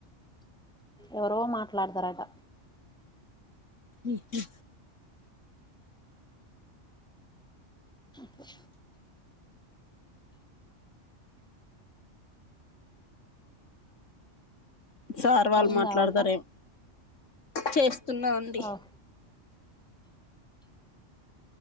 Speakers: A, in the centre; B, on the left (about 80°).
A: ఎవరో మాట్లాడతరటా!
B: ఈహీ
A: అట్లా
B: సార్ వాళ్ళు
A: అయిందా
B: మాట్లాడతారేం
A: వంట
B: చేస్ స్తున్నా ఉంది,
A: ఆహ్